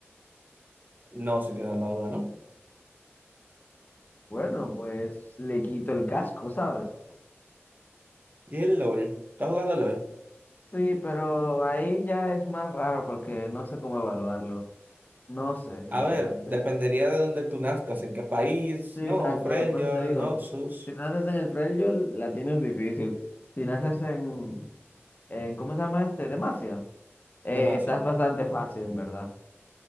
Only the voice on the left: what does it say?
Bueno, pues le quito el casco, ¿sabes?
Sí, pero ahí ya es más raro porque no sé cómo evaluarlo. No sé, sinceramente.
Sí,
exacto,
por eso te digo,
si naces en el Freljord, la tienes difícil. Si naces en, en ¿cómo se llama este? Demacia, eh,
estás bastante fácil, en verdad.